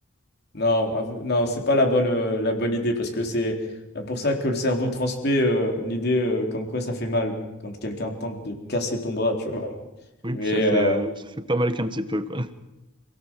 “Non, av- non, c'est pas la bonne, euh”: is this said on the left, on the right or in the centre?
Left